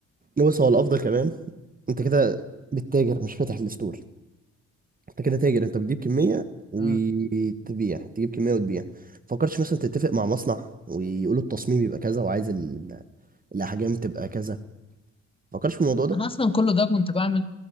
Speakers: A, on the right (about 30°); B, on the left (about 20°).
A: بص هو الافضل كمان انت كده بتتاجر مش فاتح الستور انت كده تاجر انت بتجيب كميه وتبيع
B: مم.
A: تجيب كميه وتبيع فكرتش مثلا تتفق مع مصنع ويقولوا التصميم يبقى كذا وعايز ال... الاحجام تبقى كذا فكرتش في الموضوع ده
B: انا اصلا كل ده كنت بعمل